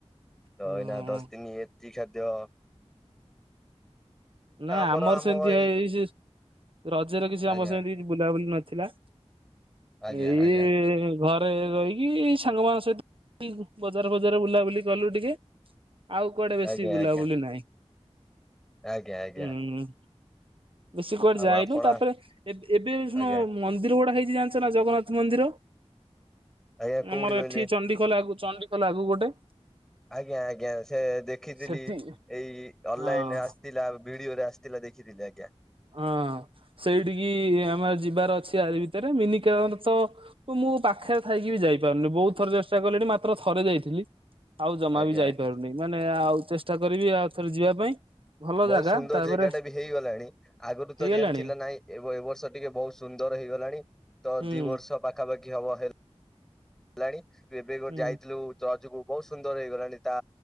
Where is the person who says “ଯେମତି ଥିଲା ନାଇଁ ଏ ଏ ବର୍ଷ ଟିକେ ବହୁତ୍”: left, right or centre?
Centre